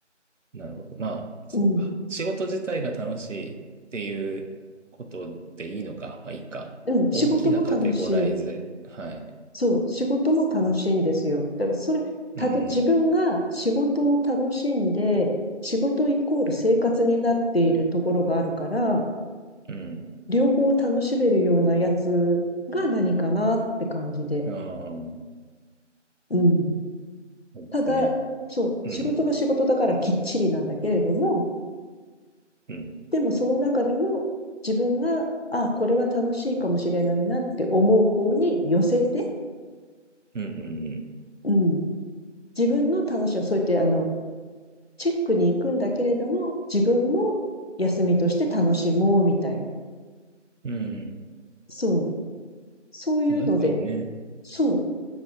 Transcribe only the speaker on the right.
なるほど。まあ、そうか。
仕事自体が楽しいっていうことでいいのか。まあ、いいか。
大きなカテゴライズで、
はい。
うん、
うん。
ああ。
そうですね。
うん、
うん、
うん、うん、
うん、うん
うん。確かにね。